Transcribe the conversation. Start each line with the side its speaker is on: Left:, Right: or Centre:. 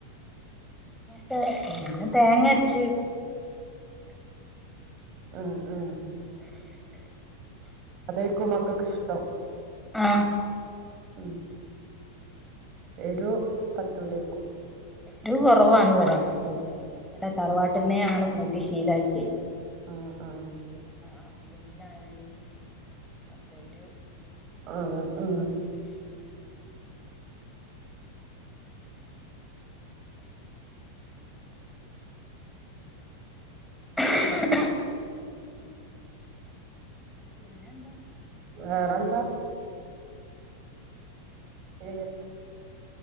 Centre: <inaudible> തേങ്ങരച്ച്
Right: അ അ ക്കും മക്കക്ക് ഇഷ്ടം
Centre: ആ
Right: ഉം എരു പറ്റൂലേക്കും
Centre: എരു കൊറവാണ് വടെ കൂട്ടലില്ല വ്ടെ തറവാട്ട്ന്നേ
Right: ഉം
Centre: അങ്ങനെ കൂട്ടി ശീലായിട്ടേ
Right: ആഹ് ആഹ്
Centre: ഹസ്ബൻഡിനായാലും ഒക്കെ എരു
Right: ആ ആ
Centre: <inaudible> പിന്നെന്താ
Right: വേറെന്താ പിന്നെ